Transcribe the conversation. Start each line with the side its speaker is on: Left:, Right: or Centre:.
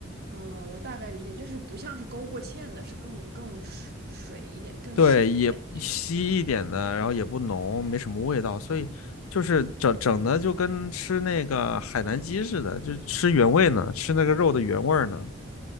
Right: 呃，我大概理解，就是不像是勾过芡的，是更更水水一点、更稀一点的那种。
Left: 对，也稀一点的，然后也不浓，没什么味道，所以就是整整的就跟吃那个海南鸡似的，就是吃原味呢，吃那个肉的原味儿呢，